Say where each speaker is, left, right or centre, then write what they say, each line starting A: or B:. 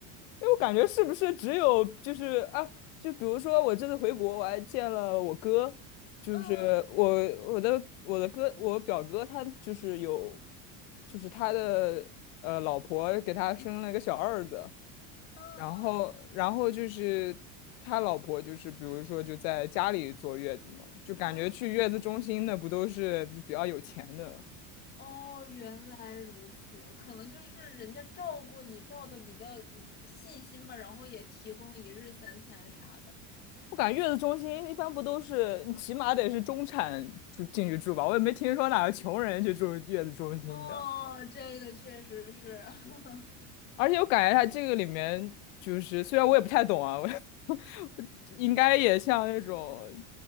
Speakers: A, on the left; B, on the left.
A: 因为我感觉是不是只有就是啊，就比如说我这次回国，我还见了我哥，就是我我的我的哥，
B: 嗯。
A: 我表哥他就是有，就是他的呃老婆给他生了一个小儿子。
B: 嗯嗯
A: 然后，然后就是他老婆，就是比如说就在家里坐月子嘛，就感觉去月子中心的不都是就比较有钱的？
B: 哦，明白。哦，原来如此，可能就是人家照顾你照的比较嗯细心吧，然后也提供一日三餐啥的。
A: 我感觉月子中心一般不都是你起码得是中产住进去住吧？我也没听说哪个穷人去住月子中心的。
B: 哦，这个确实是，<laughs>
A: 而且我感觉他这个里面就是，虽然我也不太懂啊，我 <laughs> 应该也像那种，